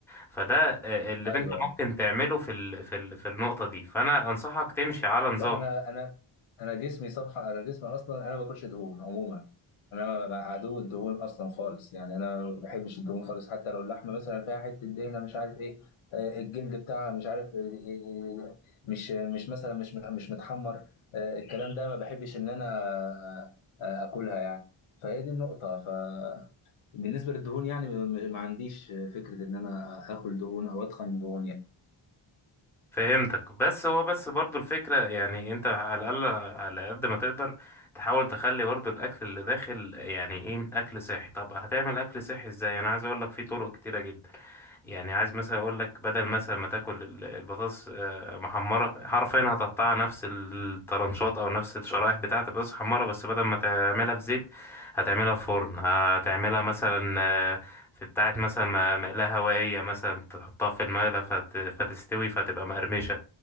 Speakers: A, in the centre; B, on the left.
A: فده آه، اللي
B: ايوه
A: انت ممكن
B: أيوه.
A: تعمله في ال... في ال... في النقطة دي فانا انصحك تمشي على نظام
B: لا انا انا انا جسمي صفحه انا جسمي اصلا انا ما باكلش دهون عموما انا بقى عدو الدهون اصلا خالص يعني انا ما بحبش الدهون خالص حتى لو اللحمه مثلا فيها حته دهنه مش عارف ايه آه، الجلد بتاعها مش عارف آه، آه، آه، مش مش مثلا مش مش متحمر آه، الكلام ده ما بحبش ان انا آه، آه، اكلها يعني فهي دي النقطه ف بالنسبه للدهون يعني م- ما عنديش فكره ان انا اكل دهون او اتخن دهون يعني
A: فهمتك بس هو بس برضو الفكرة يعني انت على الأقل على قد ما تقدر تحاول تخلي برضو الأكل اللي داخل يعني ايه أكل صحي طب هتعمل أكل صحي ازاي أنا عايز أقولك في طرق كتيرة جدا يعني عايز مثلا أقولك بدل مثلا ما تاكل ال- البطاطس آه، محمرة حرفيا هتقطعها نفس الطرنشات أو نفس الشرايح بتاعة البطاطس محمرة بس بدل ما تعملها في زيت هتعملها في فرن هتعملها مثلا آه، في بتاعة مثلا م- مقلاة هوائية مثلا تحطها في المقلة فت... فتستوي فتبقى مقرمشة